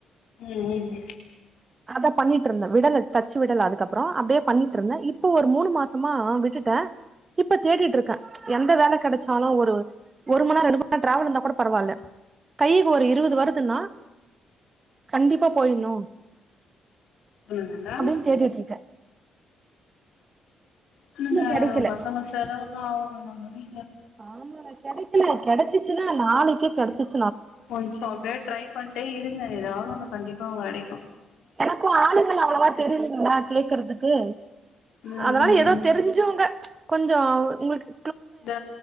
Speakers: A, on the left (about 75°); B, on the right (about 30°).
A: ம் ம்
B: அதா பண்ணிட்ருந்தே விடல டச்சு விடல அதுக்கப்றோ அப்டியே பண்ணிட்டுருந்தே இப்போ ஒரு மூணு மாசமா விட்டுட்டே இப்ப கேட்டுட்ருக்கே
A: ம்
B: எந் த வேல கெடைச்சாலு ஒரு ஒரு மணி நேரோ ரெண்டு மணி நேரோ டிராவல் இருந்தா கூட பரவால்ல கைக்கு ஒரு இருபது
A: ம்
B: வருதுன்னா கண்டிப்பா போயிட்ணு
A: பண்ணுங்கல்ல
B: அப்டினு தேடிட்ருக்கே
A: இல்லங்க
B: இன்னு கெடைக்கல
A: பசங்க செலவுக்கு ஆவுங்க நம்ம வீ
B: ஆமாங்க கெடைக்கல கெடைச்சிச்சுன்னா நாளைக்கே கெடைச்சிச்
A: கொஞ்சோ அப்டியே ட்ரை பண்ட்டே இருங்க ஏதாவது ஒன்னு கண்டிப்பா உங்க கெடைக்கு
B: எனக்கு ஆளுங்கள அவ்ளவா தெரியிலிங்களா கேக்கறதுக்கு
A: ம் ம்
B: அதனால எதோ
A: ம்
B: தெரிஞ்சவங்க கொஞ்சோ உங்ளுக்கு
A: இந்த